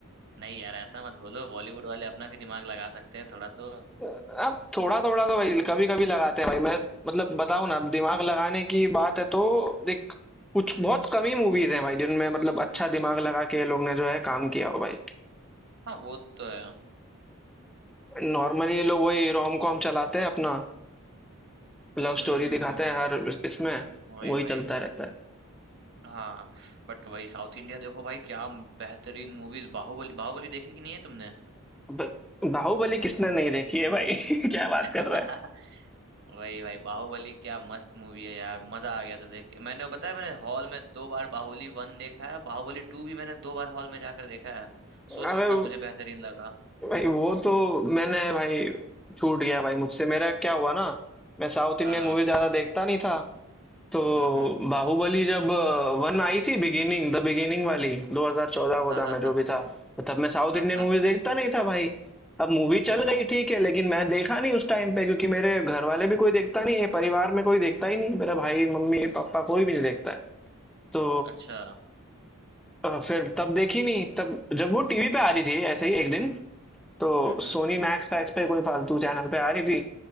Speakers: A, on the right; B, in the centre.
A: नहीं यार ऐसा मत बोलो बॉलीवुड वाले अपना भी दिमाग लगा सकते हैं थोड़ा तो
B: अब थोड़ा थोड़ा तो भाई कभी कभी लगाते हैं भाई मैं मतलब बताऊं ना अब दिमाग लगाने की बात है तो देख कुछ बहुत कम ही मूवीज हैं भाई जिनमें मतलब अच्छा दिमाग लगा के ये लोग ने जो है काम किया हो भाई
A: हाँ वो तो है
B: नॉर्मली ये लोग वही रोम कॉम चलाते हैं अपना लव स्टोरी
A: हम्म हम्म
B: दिखाते
A: हम्म
B: हैं हर इसमें
A: वही
B: वही
A: वही
B: चलता रहता है
A: हाँ बट वही साउथ इंडिया देखो भाई क्या बेहतरीन मूवीज बाहुबली बाहुबली देखी कि नहीं है तुमने
B: ब- बाहुबली किसने नहीं देखी है भाई <laughs> क्या बात
A: <laughs>
B: कर रहा है
A: वही भाई बाहुबली क्या मस्त मूवी है यार मजा आ गया था देख के मैंने वो पता है मैंने हॉल में दो बार बाहुबली वन देखा है बाहुबली टू भी मैंने दो बार हॉल में जाकर देखा है सोच
B: अबे
A: कितना मुझे बेहतरीन लगा
B: भाई वो तो मैंने भाई छूट गया भाई मुझसे मेरा क्या हुआ ना मैं साउथ इंडियन
A: हाँ हाँ
B: मूवी ज्यादा देखता नहीं था तो
A: हम्म हम्म
B: बाहुबली जब वन आई थी बिगिनिंग द बिगिनिंग वाली 2014 चौदह वोदा
A: हाँ हाँ
B: में जो
A: हाँ
B: भी था तब मैं साउथ
A: हाँ
B: इंडियन
A: हाँ
B: मूवीज
A: हाँ
B: देखता नहीं था भाई अब मूवी
A: हम्म
B: चल
A: हम्म
B: गई ठीक है लेकिन मैं देखा नहीं उस टाइम पे क्योंकि मेरे घर वाले भी कोई देखता नहीं है परिवार में कोई देखता ही नहीं मेरा भाई मम्मी पापा कोई भी नहीं देखता है तो
A: अच्छा
B: अ, फिर तब देखी नहीं तब जब वो टीवी पे आ रही थी ऐसे ही एक दिन तो
A: हम्म हम्म
B: सोनी मैक्स पैक्स पे कोई फालतू चैनल पे आ रही थी